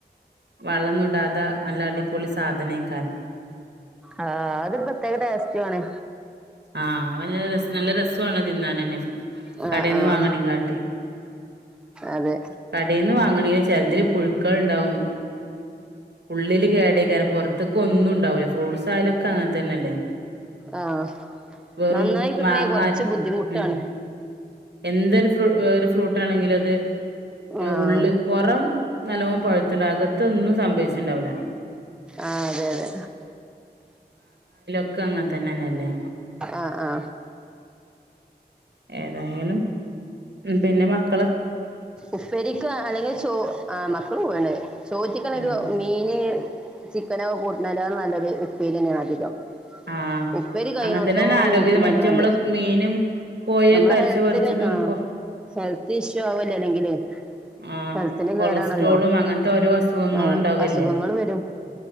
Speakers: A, on the right; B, in the centre.
A: വളൊന്നുടാത നല്ല അടിപൊളി സാധന <unintelligible>
B: ആ അതൊരു പ്രത്യേക ടേസ്റ്റുവാണ്.
A: ആ അവന് രസ് നല്ല രസോവാണ് തിന്നാനന്നേ
B: ആഹ്
A: കടേന്ന്
B: ആഹ്
A: വാങ്ങണേം കാട്ടി
B: അതെ
A: കടേന്ന് വാങ്ങണതിൽ ചെലതിൽ പുഴുക്കൾ ഉണ്ടാവും ഉള്ളില് കേടയിക്കാനും പൊറത്തേക്ക് ഒന്നും ഉണ്ടാവൂല്ല. ഫ്രൂട്ട്സ് ആയാലും ക്ക അങ്ങത്തന്നല്ലേ.
B: ആഹ്
A: വെറും
B: നന്നായി കിട്ടണെങ്കി
A: മാങ്ങാ.
B: കൊറച്ച് ബുദ്ധിമുട്ടാണ്
A: ഉം. എന്തൊരു ഫ്രൂ ഒരു ഫ്രൂട്ടാണെങ്കിലും അത് ഏ
B: ആഹ്
A: ഉള്ള്, പൊറം നല്ലോണം പഴുത്തണ്ടാവും അകത്തൊന്നും സംഭവിച്ചിണ്ടാവില്ല.
B: ആ അതെ അതെ
A: ക്കും അങ്ങനെ തന്നന്നല്ലേ?
B: ആ ആ
A: ഏതായാലും പിന്നെ മക്
B: ഉപ്പരിക്ക് അല്ലെങ്കിൽ ചോ ആ മക്കള് പോവാണ് ചോറ്റിക്കാണ്
A: ആഹ്
B: ഒരു മീന് ചിക്കനൊക്കെ കൂട്ടുനേക്കാള് നല്ലത് ഉപ്പേരി തന്നെയാണ് അധികം
A: ആഹ്
B: ഉപ്പോരി കഴിയണടോത്തോളം
A: അങ്ങനെ തന്നെയാണ് ആരോഗ്യം
B: കൂട്ടുന്നത്
A: മറ്റേ
B: തന്നെയാണ്
A: നമ്മള്
B: നല്ലത്
A: മീനും കോഴിയൊക്കെ
B: നമ്മളെ
A: അരിച്ച്
B: ഹെൽത്തിന്
A: പൊരിച്ചതും
B: ആ
A: കൊ
B: ഹെൽത്ത് ഇഷ്യൂ ആവുലേ അല്ലെങ്കില്
A: ആ
B: ഹെൽത്തിന്
A: കൊളസ്ട്രോളും
B: കേടാണല്ലോ
A: അങ്ങനത്തെ ഓരോ അസുഖങ്ങളും
B: ആഹ്
A: ഉണ്ടാവുല്ലേ
B: അസുഖങ്ങള് വരും